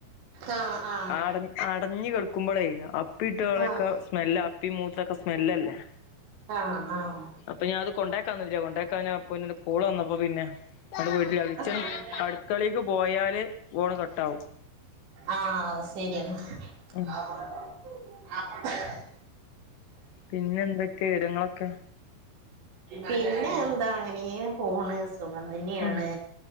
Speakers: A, on the right; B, on the left.
A: ആഹ് ആഹ്
B: അട അടഞ്ഞ് കടക്കുമ്പോഴേ അപ്പി ഇട്ടുകളൊക്കെ
A: ആഹ്
B: സ്മെല് അപ്പി മൂത്രൊക്കെ സ്മെല്ലല്ലേ?
A: ആഹ് ആഹ്
B: ഇപ്പംഞാനത് കൊണ്ടാക്കാനിന്ന്ട്ടില്ല കൊണ്ടാക്കാന് അപ്പോന് കോൾവന്നപ്പോ പിന്നെ ഇങ്ങള വീട്ടില കിച്ചൻ
A: ആഹ്
B: അടുക്കളിക്ക് പോയാല് ഫോണ് കട്ടാവും.
A: ആഹ് അത് ശെരിയെന്നാ
B: ഉം
A: ആപ്പ <unintelligible>
B: പിന്നെ എന്തൊക്കെ വിവരങ്ങളൊക്കെ
A: പിന്നെ എന്താ അങ്ങനെപോണ് സുഖ അതന്നെയാണ്.
B: ഉം